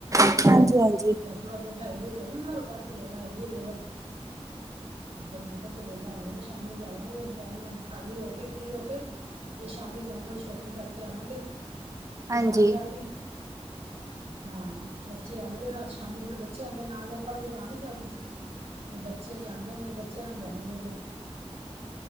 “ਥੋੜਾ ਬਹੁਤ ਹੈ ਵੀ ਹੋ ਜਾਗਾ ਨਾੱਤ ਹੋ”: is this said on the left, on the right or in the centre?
Right